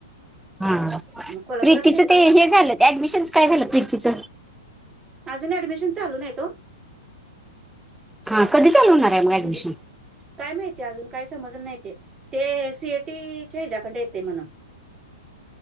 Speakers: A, in the centre; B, on the right (about 20°).
A: हा प्रीतीचं
B: मग कोल्हापुरात घेतलंय
A: ते हे झालं ऍडमिशन चं काय झालं प्रीतीच.
B: अजून ऍडमिशन चालू नाहीत ओ.
A: हा कधी चालू होणार आहे मग ऍडमिशन?
B: तिचं काय माहितीे अजून काय समजलं नाही ते सीएटीच्या हिच्याकंडय ते म्हण.